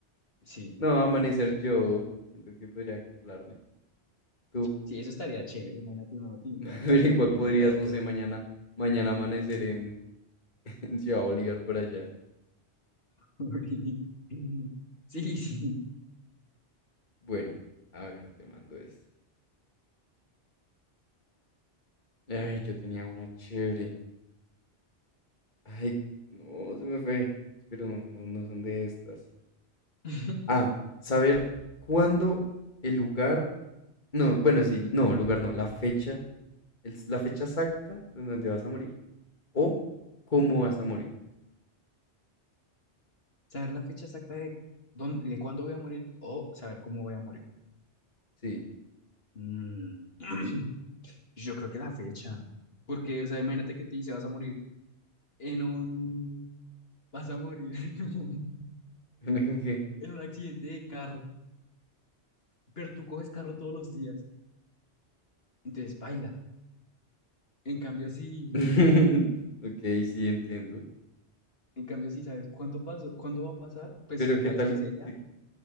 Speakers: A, on the left (about 60°); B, on the left (about 45°).
A: Sí,
B: No, amanecer yo, siento que podría acoplarme. Tú,
A: sí, eso estaría chévere. Imagínate uno tin-
B: <laughs>
A: levantarse
B: pero igual
A: de un
B: podrías,
A: momento a otro.
B: no sé, mañana, mañana amanecer en, <laughs> en Ciudad Bolívar por allá.
A: <laughs> Sí, sí.
B: Bueno, a ver, te mando esto. Ay, yo tenía una chévere. Ay, no, se me fue. Espero no, no, no son de estas.
A: <laughs>
B: Ah, saber cuándo el lugar. No, bueno, sí, no, lugar no, la fecha. el- la fecha exacta de donde vas a morir o cómo vas a morir.
A: Saber la fecha exacta de dónde, de cuándo voy a morir o saber cómo voy a morir.
B: Sí.
A: Mm. <clears throat> Yo creo que la fecha. Porque, o sea, imagínate que te dice vas a morir en un... Vas a morir <laughs> en un...
B: <laughs> Ok.
A: en un accidente de carro, pero tú coges carro todos los días, entonces paila. En cambio, si,
B: <laughs> Ok, sí, entiendo.
A: en cambio, si sabes cuánto pasó, cuándo va a pasar, pues,
B: Pero
A: o sea,
B: qué
A: sabes
B: tal.
A: que ese día,
B: que-